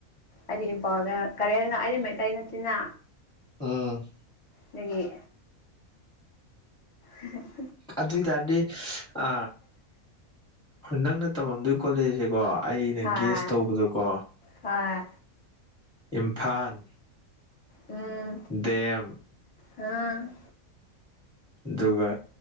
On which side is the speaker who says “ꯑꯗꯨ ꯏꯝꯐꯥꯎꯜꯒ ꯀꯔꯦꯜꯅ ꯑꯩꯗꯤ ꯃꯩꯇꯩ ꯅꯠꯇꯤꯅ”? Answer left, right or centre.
Left